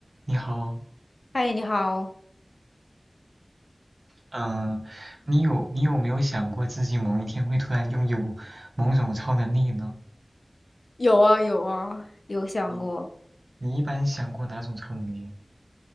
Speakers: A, on the right; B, on the left.
A: 你好，
B: 嗨，你好，
A: 嗯，你有你有没有想过自己某一天会突然拥有某种超能力呢？
B: 有啊有啊，有想过？
A: 嗯，你一般想过哪种超能力？